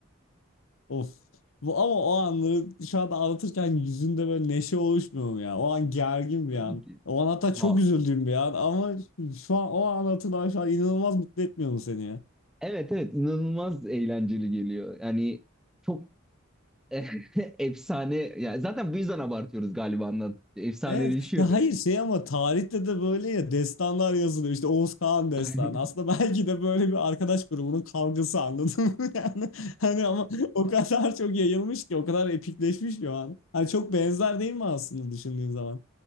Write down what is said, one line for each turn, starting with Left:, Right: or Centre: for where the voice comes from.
Left: Of. Bu, ama o anları şu anda anlatırken yüzünde böyle neşe oluşmuyor mu ya? O an gergin bir
Centre: Tabii
Left: an.
Centre: ki.
Left: O an hatta
Centre: Ha,
Left: çok üzüldüğüm bir an ama şu an o an hatırlaman şu an inanılmaz mutlu etmiyor mu seni ya?
Centre: evet evet inanılmaz eğlenceli geliyor. Yani çok <laughs> Efsane ya zaten bu yüzden abartıyoruz galiba anlattıkça. Efsaneleşiyor
Left: Evet. Ya
Centre: benim
Left: hayır şey
Centre: için.
Left: ama tarihte de böyle ya destanlar yazılıyor. İşte Oğuz Kağan destanı.
Centre: <laughs>
Left: Aslında <laughs> belki de böyle bir arkadaş grubunun kavgası anladın mı? <laughs> Yani hani ama o kadar çok yayılmış ki o kadar epikleşmiş ki o an. Hani çok benzer değil mi aslında düşündüğün zaman?